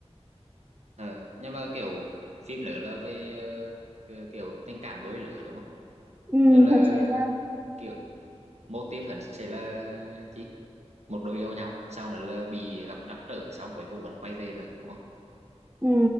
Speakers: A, on the right; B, on the right.
A: ờ nhưng mà kiểu phim nữa là về ờ, kiểu kiểu tình cảm đôi lứa đúng không
B: ừ,
A: tức là
B: thật sự là
A: kiểu mô típ hẳn sẽ là chi một đôi yêu nhau xong rồi là bị gặp trắc trở xong cuối cùng vẫn quay về được đúng không
B: Ừ.